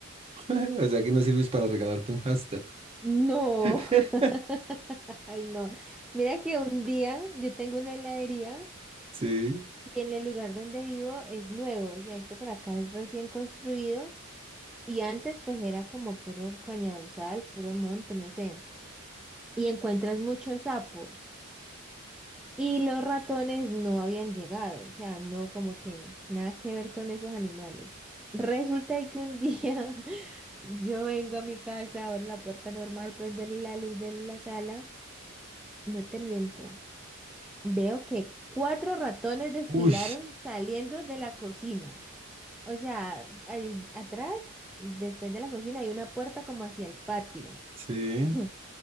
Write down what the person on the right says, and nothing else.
<laughs> o sea que no sirves para regalarte un hámster.
<laughs>
Sí,
uy,
sí,